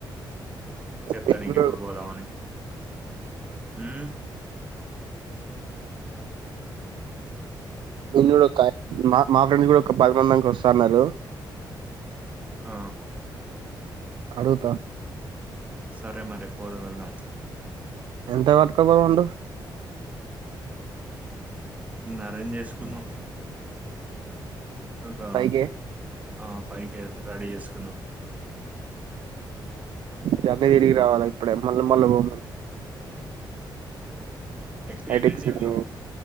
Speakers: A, on the right (about 20°); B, on the right (about 75°).
A: చెప్తా
B: నేను
A: నీకెప్పుడు
B: కూడా
A: పోదామని హ
B: నిన్న ఒక మా మా ఫ్రెండ్స్ కూడా ఒక పది మందింకి వస్తున్నారు
A: ఆ
B: అడుగుతా
A: సరే మరి పోదు వెళ్దాం
B: ఎంత పట్టుకు పోమంటావ్
A: ఆన్రేంజ్ చేస్కుందాం ఒక
B: ఫైవ్ కే
A: ఆ ఫైవ్ కే రెడీ చేస్కున్నాం
B: జల్ది తిరిగి రావాల ఇప్పుడే మళ్ళీ మళ్ళీ బొం
A: ఎక్కేమ్మేం
B: హైటెక్
A: తిరుగుదాం
B: సిటీ